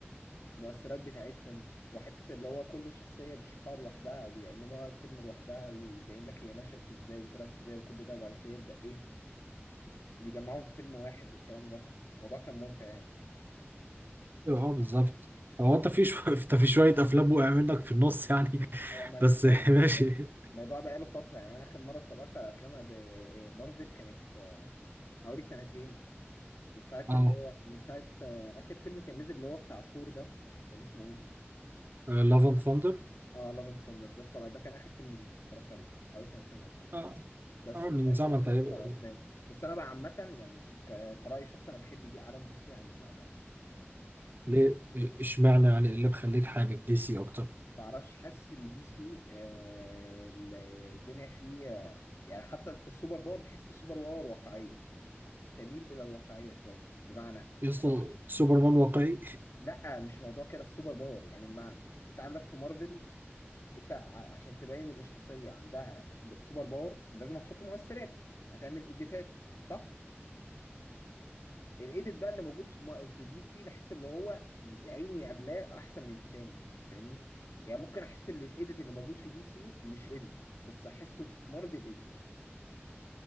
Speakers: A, on the left; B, on the right.
A: المؤثرات بتاعتهم وحته اللي هو كل شخصيه مش حوار لوحدها او بيعملوها فيلم لوحدها يبين لك هي نشأت ازاي وطلعت ازاي وكل ده وبعد كده يبدأ ايه بيجمعوهم في فيلم واحد والكلام ده الموضوع كان ممتع يعني
B: اه بالظبط هو انت في شو... <laughs> انت في شويه افلام وقع منك في النص يعني
A: آه، ما انا
B: بس
A: مش فاكر
B: <laughs> ماشي
A: الموضوع بقاله فتره يعني انا اخر مره اتفرجت على افلام ب- مارفل كانت آه، حوالي سنتين من ساعه
B: اه
A: اللي هو من ساعه آه، اخر فيلم كان نزل اللي هو بتاع ثور ده كان اسمه ايه؟
B: لاف اند ثاندر
A: اه لاف اند ثاندر ده اتفرج ده كان اخر فيلم ليه اتفرجت عليه حوالي سنتين او سنه
B: اه
A: بس
B: آه،
A: بتاعتها
B: من زمن
A: ما اتفرجتش
B: تقريبا
A: على افلام بس انا بقى عامه يعني ك- كرأي شخص انا بحب دي عالم دي سي عن مارفل يعني
B: ليه اشمعنى يعني إيه اللي مخليك حابب دي سي اكتر
A: معرفش حاسس ان دي سي آه، الدنيا فيه آه، يعني حتى السوبر باور تحس السوبر باور واقعيه تميل الى الواقعيه شويه بمعنى
B: يا اسطى
A: مثلا
B: سوبرمان واقعي
A: لا مش موضوع كده السوبر باور يعني بمعنى انت عندك في مارفل انت ع- عشان تبين ان الشخصيه عندها سوبر باور لازم هتحط مؤثرات هتعمل اديتات صح الايديت بقى اللي موجود في م- في دي سي بحس اللي هو يا عيني قبلاه احسن من التاني فاهمني يعني ممكن احس ان الايديت اللي موجود في دي سي مش ايديت بس احسه في مارفل ايديت